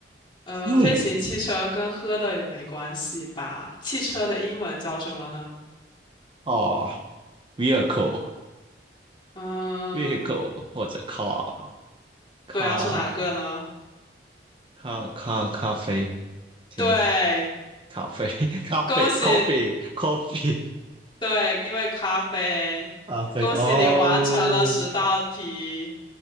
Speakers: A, on the left (about 30°); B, on the right (about 30°).
A: 呃，
B: 嗯，
A: 飞行汽车跟喝的也没关系吧？汽车的英文叫什么呢？
B: 哦，vehicle
A: 嗯，
B: vehicle 或者 car car
A: 对啊，是哪个呢？
B: car car 咖啡，OK，
A: 对，
B: 咖啡 <laughs> 咖啡
A: 恭喜，
B: coffee coffee
A: 对，因为咖啡，
B: 咖啡哦，
A: 恭喜你完成了十道题。